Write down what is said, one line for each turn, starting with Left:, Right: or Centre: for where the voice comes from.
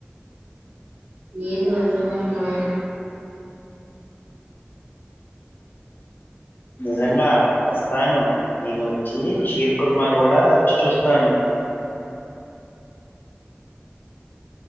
Right: ఈద్ రోజున మా ఆయ్ <inaudible>
Left: నిజంగా వస్తాను నేను వచ్చి షీర్ కుర్మా కూడా రుచి చూస్తాను